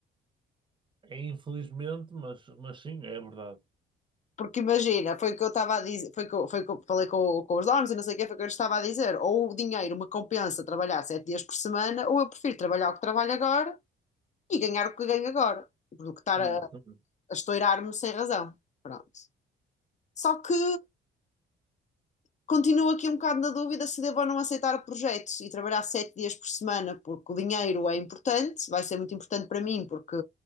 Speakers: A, on the right; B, on the left.
A: é infelizmente, mas, mas sim, é verdade.
B: Porque imagina, foi o que eu estava a dizer, foi o que eu, foi o que eu falei com, com os donos e não sei o que, foi o que eu lhes estava a dizer. Ou o dinheiro me compensa trabalhar sete dias por semana, ou eu prefiro trabalhar o que trabalho agora e ganhar o que ganho agora, do que estar
A: Exatamente.
B: a, a estourar-me sem razão. Pronto. Só que continuo aqui um bocado na dúvida se devo ou não aceitar o projeto e trabalhar sete dias por semana, porque o dinheiro é importante, vai ser muito importante para mim, porque